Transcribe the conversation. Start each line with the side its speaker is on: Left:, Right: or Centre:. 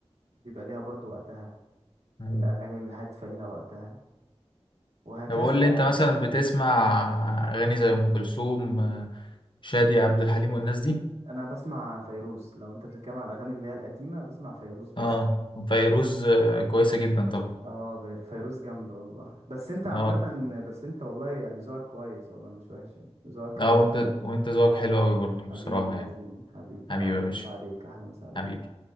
Right: بيبقى ليها برضو وقتها
Left: مم.
Right: الأغاني الهادفة ليها وقتها وهكذا
Left: طب قول لي
Right: يعني
Left: انت مثلا بتسمع اغاني زي ام كلثوم شادية عبد الحليم والناس دي
Right: أنا بسمع فيروز لو أنت بتتكلم على الأغاني اللي هي القديمة بسمع فيروز بس
Left: اه فيروز آه، كويسة جدا طبعا
Right: اه في- فيروز جامدة والله بس أنت عامة
Left: اه
Right: بس أنت والله يعني ذوقك كويس والله مش وحش يعني ذوقك رايق
Left: اه وانت
Right: يعني
Left: وانت ذوقك حلو قوي برضه بصراحة
Right: حبيبي
Left: يعني
Right: يا زميلي حبيبي
Left: حبيبي
Right: أحلى
Left: يا باشا
Right: مسا عليك أحلى مسا عليك
Left: حبيبي